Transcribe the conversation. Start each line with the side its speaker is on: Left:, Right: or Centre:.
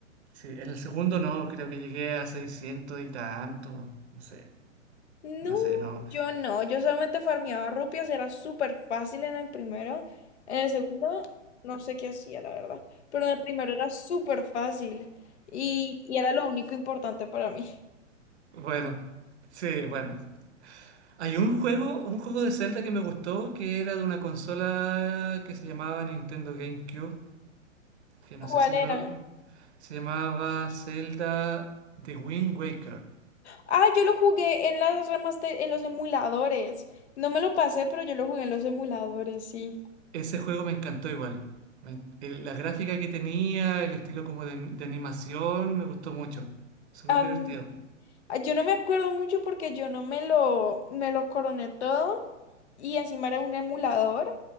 Right: Sí, en el segundo no, creo que llegué a 600 y tanto. No sé,
Left: No,
Right: no sé, no.
Left: yo no. Yo solamente farmeaba rupias. Era súper fácil en el primero. En el segundo, no sé qué hacía, la verdad. Pero en el primero era súper fácil. Y, y era lo único importante para mí.
Right: Bueno, sí, bueno. Hay un juego, un juego de Zelda que me gustó, que era de una consola que se llamaba Nintendo GameCube, que no
Left: <laughs>
Right: sé si
Left: ¿Cuál
Right: lo...
Left: era?
Right: Se llamaba Zelda The Wind Waker.
Left: Ah, yo lo jugué en las remaster, en los emuladores. No me lo pasé, pero yo lo jugué en los emuladores, sí.
Right: Ese juego me encantó igual. Me- el- la gráfica que tenía, el estilo como de, de animación, me gustó mucho. Súper
Left: Am,
Right: divertido.
Left: ah, yo no me acuerdo mucho porque yo no me lo, me lo coroné todo y encima era un emulador,